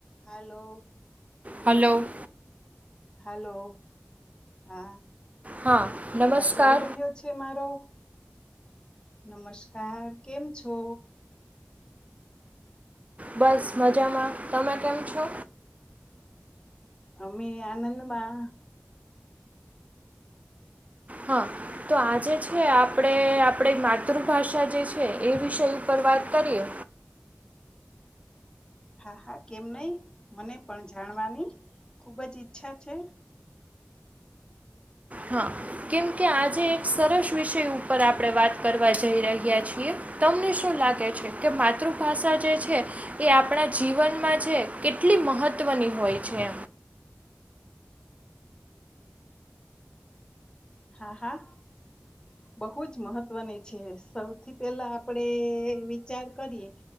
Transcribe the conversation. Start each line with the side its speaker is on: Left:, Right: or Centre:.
Left: હાલો
Right: હલો
Left: હાલો હા
Right: હા નમસ્કાર
Left: અવાજ આવી રહ્યો મારો નમસ્કાર કેમ છો
Right: બસ મજામાં તમે કેમ છો
Left: અમે આનંદમાં
Right: હા તો આજે છે આપણે આપણી માતૃભાષા જે છે એ વિષય ઉપર વાત કરીએ
Left: હા હા કેમ નહી મને પણ જાણવાની ખુબ જ ઈચ્છા છે
Right: હા કેમ કે આજે એક સરસ વિષય ઉપર આપણે વાત કરવા જઈ રહ્યા છીએ તમને શું લાગે છે કે માતૃભાષા જે છે એ આપણા જીવનમાં છે કેટલી મહત્ત્વની હોય છે
Left: હા હા બહુ જ મહત્વની છે સૌથી પેલા આપડે વિચાર કરીએ